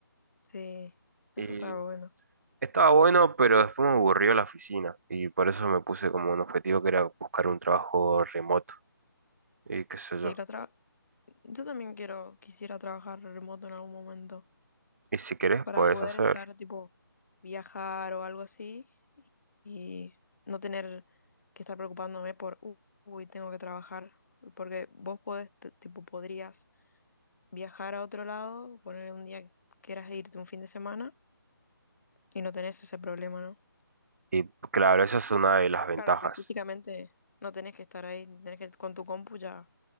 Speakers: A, on the left; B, on the right.
A: sí, eso
B: Y
A: estaba bueno.
B: estaba bueno, pero después me aburrió la oficina y por eso me puse como un objetivo que era buscar un trabajo remoto y qué sé yo.
A: Sí, la otra... Yo también quiero, quisiera trabajar remoto en algún momento
B: Y si querés,
A: para
B: puedes
A: poder
B: hacer.
A: estar, tipo, viajar o algo así y no tener que estar preocupándome por, "Uh, uy, tengo que trabajar, porque vos podés, t- tipo, podrías... viajar a otro lado, poner un día que quieras irte un fin de semana y no tenés ese problema, ¿no?
B: Y claro, esa es una de las ventajas.
A: Claro, porque físicamente no tenés que estar ahí, tenés que con tu compu ya,